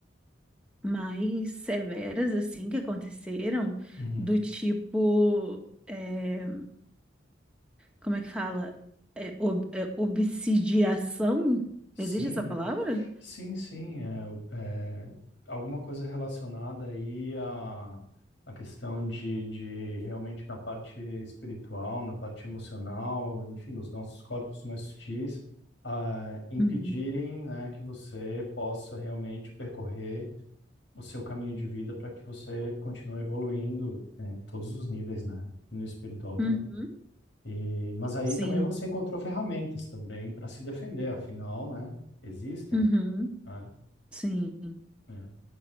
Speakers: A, in the centre; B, on the left.
A: mais severas, assim, que aconteceram,
B: Uhum.
A: do tipo, é, como é que fala? É, ob- é, obsidiação?
B: Sim.
A: Existe essa palavra?
B: Sim, sim, é, é, alguma coisa relacionada aí à, à questão de, de realmente na parte espiritual, na parte emocional, enfim, nos nossos corpos mais sutis, ah, impedirem,
A: Uhum.
B: né, que você possa realmente percorrer o seu caminho de vida para que você continue evoluindo, é, em todos os níveis, né, no espiritual também.
A: Uhum.
B: E, mas aí
A: Sim.
B: também você encontrou ferramentas também para se defender, afinal, né, existem.
A: Uhum.
B: né?
A: Sim.
B: É.